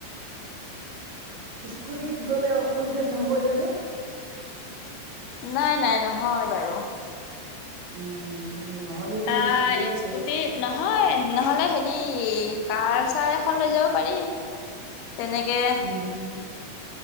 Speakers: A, on the right; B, on the left.
A: স্কুটিত গ'লে অসুবিধা নহব জানো?
B: নাই- নাই নহয় বাৰু।
A: উম নহলেতো
B: আহ
A: ঠিকে আছে।
B: স্কুটি নহয় নহলে হেৰি কাৰ-ছাৰ এখন লৈ যাব পাৰি। তেনেকে
A: উম